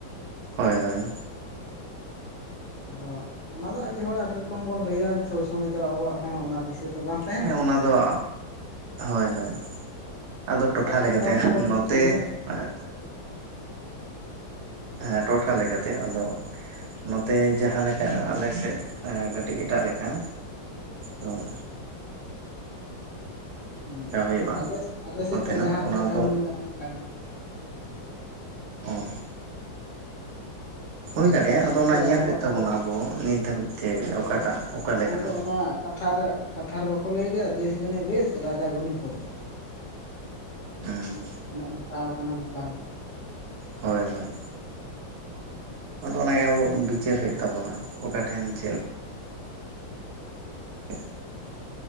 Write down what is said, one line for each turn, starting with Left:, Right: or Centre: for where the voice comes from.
Right: ᱦᱳᱭ ᱦᱳᱭ
Left: ᱟᱫᱚ ᱚᱱᱟ ᱫᱚ ᱟᱹᱰᱤ ᱦᱚᱲ ᱟᱹᱰᱤ ᱨᱚᱠᱚᱢ ᱵᱚᱱ ᱞᱮᱭᱟ ᱥᱚᱵ ᱥᱚᱢᱚᱭ ᱫᱚ ᱟᱵᱚᱣᱟᱜ ᱦᱚᱸ ᱚᱱᱟ ᱫᱤᱥᱟᱹ ᱫᱚ ᱵᱟᱝ ᱛᱟᱦᱮᱱᱟ
Right: ᱦᱮᱸ ᱚᱱᱟ ᱫᱚᱜ ᱦᱳᱭ ᱦᱳᱭ ᱟᱫᱚ ᱴᱚᱴᱷᱟ ᱞᱮᱠᱟᱛᱮ
Left: ᱡᱚᱛᱚ ᱦᱚᱲ ᱜᱮᱵᱚᱱ
Right: ᱱᱚᱛᱮ
Left: ᱞᱟᱹᱭᱟ
Right: ᱮᱜ ᱦᱮᱸ ᱴᱚᱴᱷᱟ ᱞᱮᱠᱟᱛᱮ ᱟᱫᱚ ᱱᱚᱛᱮ ᱡᱟᱦᱟᱸ ᱞᱮᱠᱟᱜ ᱟᱞᱮ ᱥᱮᱫ ᱠᱟᱹᱴᱤᱡ ᱮᱴᱟᱜ ᱞᱮᱠᱟ ᱦᱚᱸ
Left: ᱦᱮᱸ ᱟᱫᱚ
Right: ᱦᱩᱭᱩᱜᱼᱟ
Left: ᱟᱞᱮ ᱟᱞᱮ ᱥᱮᱫ
Right: ᱱᱚᱛᱮᱱᱟᱜ
Left: ᱫᱚ ᱡᱟᱦᱟᱸᱞᱮᱠᱟ
Right: ᱚᱱᱟ
Left: ᱪᱟᱹᱞᱩ
Right: ᱫᱚ
Left: ᱢᱮᱱᱟᱜᱼᱟ ᱚᱝᱠᱟᱜᱮ
Right: ᱚᱸ ᱦᱩᱭ ᱫᱟᱲᱮᱭᱟᱜᱼᱟ
Left: ᱡᱚᱛᱚ ᱥᱮᱫ
Right: ᱟᱫᱚ ᱚᱱᱟ
Left: ᱛᱚ
Right: ᱧᱮᱞ
Left: ᱟᱵᱚᱣᱟᱜ
Right: ᱦᱳᱭᱳᱜ ᱛᱟᱵᱚᱱᱟ
Left: ᱫᱚ
Right: ᱟᱵᱚ ᱱᱤᱛ ᱫᱷᱟᱹᱵᱤᱡᱛᱮ
Left: ᱟᱵᱚ
Right: ᱚᱠᱟᱴᱟᱜ
Left: ᱫᱚ
Right: ᱚᱠᱟᱞᱮᱠᱟᱱᱟ
Left: ᱟᱵᱚ ᱫᱚ ᱚᱱᱟ ᱠᱟᱛᱷᱟ ᱨᱮᱜ ᱠᱟᱛᱷᱟ ᱨᱮ ᱵᱟᱠᱚ ᱞᱮᱭ ᱠᱟᱜᱼᱟ ᱫᱮᱥ ᱜᱩᱱᱮ ᱵᱮᱥ ᱨᱟᱡᱟ ᱜᱩᱱᱮ ᱯᱚᱨᱡᱟ
Right: ᱦᱩᱸ
Left: ᱚᱱᱮ ᱚᱝᱠᱟᱣ ᱠᱟᱱᱟ ᱵᱮᱯᱟᱨ ᱫᱚ
Right: ᱦᱳᱭ ᱦᱳᱭ ᱟᱫᱚ ᱚᱱᱟᱜᱮ ᱟᱵᱚ ᱵᱤᱪᱟᱹᱨ ᱦᱳᱭᱳᱜ ᱛᱟᱵᱚᱱᱟ ᱚᱠᱟᱴᱷᱮᱱ ᱪᱮᱫ <inaudible>